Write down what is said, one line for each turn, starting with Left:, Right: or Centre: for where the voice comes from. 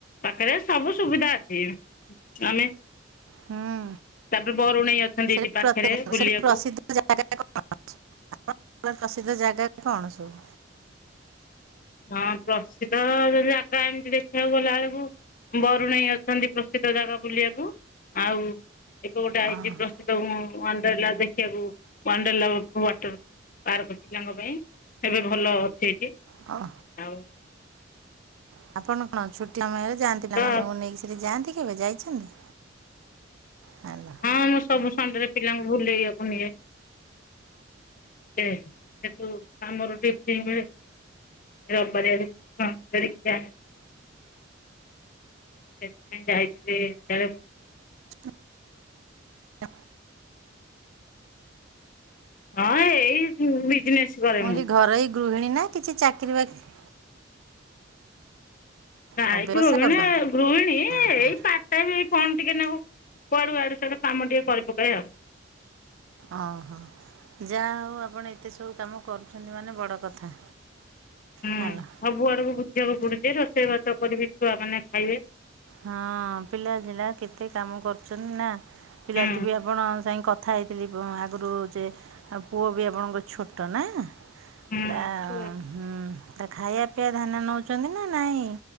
Left: ପାଖରେ ସବୁ ସୁବିଧା ଅଛି। ଆମେ
Right: ହୁଁ
Left: ତାପରେ ବରୁଣେଇ ଅଛନ୍ତି
Right: ସେଠି
Left: ଏଠି ପାଖରେ
Right: ପ୍ରେକ <inaudible>
Left: ବୁଲିବାକୁ
Right: ସେଠି ପ୍ରସିଦ୍ଧ ଜାଗା କଣ ଅଛି? ପ୍ରସିଦ୍ଧ ଜାଗାରେ କଣ ସବୁ?
Left: ହଁ ପ୍ରସିଦ୍ଧ ଜାଗା ଏମିତି ଦେଖିବାକୁ ଗଲା ବେଳକୁ ବରୁଣେଇ ଅଛନ୍ତି ପ୍ରସିଦ୍ଧ ଜାଗା ବୁଲିବାକୁ ଆଉ। ଏବେ ଗୋଟେ ଆଇଚି
Right: ଓହୋ
Left: ପ୍ରସିଦ୍ଧ କଣ ଗୋ ୱାଣ୍ଡରଲା ଦେଖିବାକୁ ୱାଣ୍ଡରଲା ୱାଟର ପାର୍କ ପିଲାଙ୍କ ପାଇଁ ଏବେ ଭଲ ଅଛି ଏଠି
Right: ହ
Left: ଆଉ
Right: ଓୋ। ଆପଣ କଣ ଛୁଟି ସମୟରେ ଯାଆନ୍ତି ପିଲାମାନଙ୍କୁ
Left: ତ
Right: ନେଇକି ସେଠି ଯାଆନ୍ତି। ଯାଇଛନ୍ତି। ହ୍ୟାଲୋ
Left: ହଁ ମୁଁ ସବୁ ସନଡେରେ ପିଲାଙ୍କୁ ବୁଲେଇବାକୁ ନିଏ। ଯେ ହେତୁ ଆମର ରବିବାରିଆ ଦେଖିକି ଯାଇଥିଲେ।
Right: ହ <inaudible>
Left: ହଁ ଏଇ ବିଜନେସ୍ କରେ
Right: ମୁଁ ହେଲି ଘରେଇ ଗୃହିଣୀ ନାଁ କିଛି ଚାକିରୀ ବାକିରି
Left: ନାଇ
Right: ଓ ବ୍ୟବସାୟ
Left: କ ରୋହିଣୀ
Right: କରୁଛନ୍ତି?
Left: ଗୃହିଣୀ
Right: ହଁ
Left: ଏଇ
Right: ହଁ।
Left: ପାର୍ଟ ଟାଇମ୍ ବି କଣ ଟିକେ ନାଁକୁ କୁଆଡୁ ଆଡୁ ସିଆଡୁ କାମ ଟିକେ କରି ପକାଏ ଆଉ।
Right: ଅ ହୋ। ଯାହା ହେଉ ଆପଣ ଏତେ ସବୁ କାମ କରୁଛନ୍ତି ମାନେ ବଡ଼ କଥା
Left: ହୁଁ
Right: ହେଲା
Left: ସବୁ ଆଡକୁ ବୁଝିବାକୁ ପଡୁଛି ରୋଷେଇବାସ କରିବି ଛୁଆ ମାନେ ଖାଇବେ
Right: ହଁ ପିଲାଜିଲା କେତେ କାମ କରୁଛନ୍ତି ନା। ପିଲାଟି
Left: ହୁଁ
Right: ବି ଆପଣ ଯାଇ କଥା ହେଇ ଖ ଆଗରୁ ଯେ ପୁଅ ବି ଆପଣଙ୍କ ଛୋଟ ନା।
Left: ହୁଁ
Right: ତା
Left: ଛୁ
Right: ହୁଁ ତା ଖାଇବା ର ପିଆ ଧାନ ନେଉଛନ୍ତି ନା ନାଇଁ?